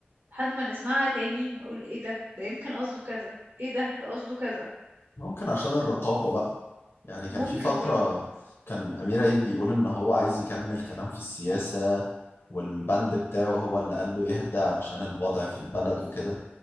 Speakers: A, on the right (about 70°); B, on the left (about 75°).
A: لحد ما نسمعها تاني ونقول ايه ده ده يمكن قصده كذا ايه ده ده قصده كذا
B: ممكن عشان الرقابة بقى يعني كان
A: ممكن
B: في فترة
A: برضه
B: كان أمير عيد بيقول إن هو عايز يكمل كلام في السياسة والبند بتاعه هو اللي قال له يهدى علشان الوضع في البلد وكده